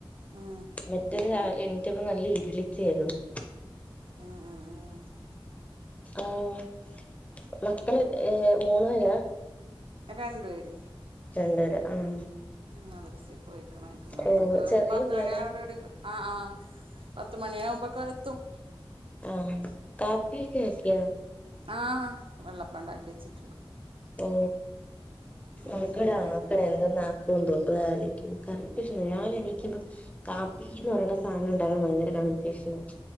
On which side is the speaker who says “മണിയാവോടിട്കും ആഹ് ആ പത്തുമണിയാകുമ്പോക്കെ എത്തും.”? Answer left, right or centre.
Right